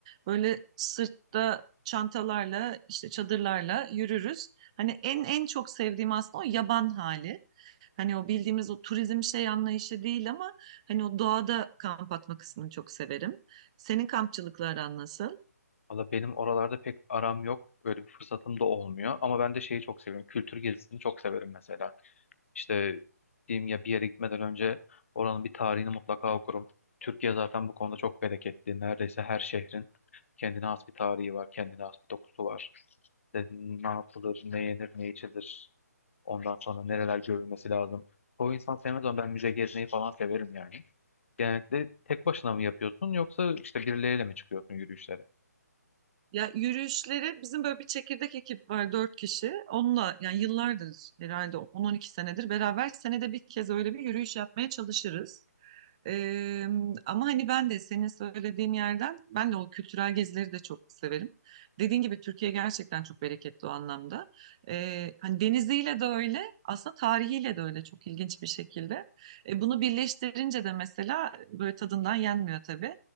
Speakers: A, on the right; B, on the left.
A: böyle sırtta çantalarla işte çadırlarla yürürüz. Hani en en çok sevdiğim aslında o yaban hali. Hani o bildiğimiz o turizm şey anlayışı değil ama hani o doğada kamp atma kısmını çok severim. Senin kampçılıkla aran nasıl?
B: Valla benim oralarda pek aram yok. Böyle bir fırsatım da olmuyor. Ama ben de şeyi çok seviyorum. Kültür gezisini çok severim mesela. İşte diyeyim ya bir yere gitmeden önce oranın bir tarihini mutlaka okurum. Türkiye zaten bu konuda çok bereketli. Neredeyse her şehrin kendine has bir tarihi var, kendine has bir dokusu var. İşte ne yapılır, ne yenir, ne içilir. Ondan sonra nereler görülmesi lazım. O insan sevmez ama ben müze gezmeyi falan severim yani. Genellikle tek başına mı yapıyorsun yoksa işte birileriyle mi çıkıyorsun yürüyüşlere?
A: Ya yürüyüşleri bizim böyle bir çekirdek ekip var dört kişi. Onunla yani yıllardır herhalde on on iki senedir beraber senede bir kez öyle bir yürüyüş yapmaya çalışırız. Ee, ama hani ben de senin söylediğin yerden ben de o kültürel gezileri de çok severim. Dediğin gibi Türkiye gerçekten çok bereketli o anlamda. Ee, hani deniziyle de öyle, aslında tarihiyle de öyle çok ilginç bir şekilde. E, bunu birleştirince de mesela böyle tadından yenmiyor tabii.